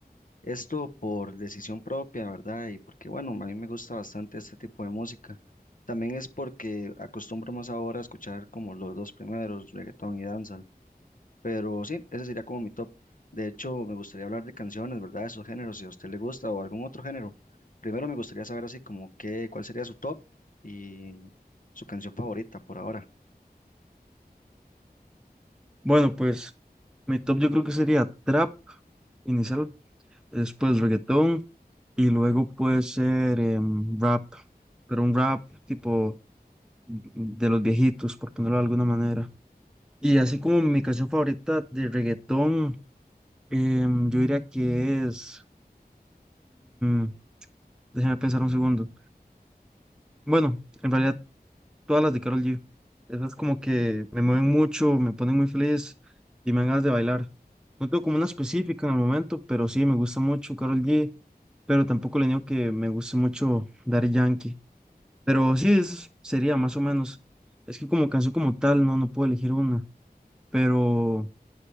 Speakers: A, on the left; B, in the centre.
A: Esto por decisión propia, ¿verdad? Y porque, bueno, a mí me gusta bastante este tipo de música. También es porque acostumbro más ahora a escuchar como los dos primeros, reggaetón y danza. Pero sí, ese sería como mi top. De hecho, me gustaría hablar de canciones, ¿verdad? De esos géneros, si a usted le gusta o algún otro género. Primero me gustaría saber así como qué, cuál sería su top y su canción favorita por ahora.
B: Bueno, pues mi top yo creo que sería trap inicial, después reggaetón y luego puede ser em, rap, pero un rap tipo de los viejitos, por ponerlo de alguna manera. Y así como mi canción favorita de reggaetón, em, yo diría que es. mm, déjame pensar un segundo. Bueno, en realidad todas las de Karol G. Esas como que me mueven mucho, me ponen muy feliz y me dan ganas de bailar. No tengo como una específica en el momento, pero sí me gusta mucho Karol G. Pero tampoco le niego que me guste mucho Daddy Yankee. Pero sí, eso sería más o menos. Es que como canción como tal, no, no puedo elegir una. Pero.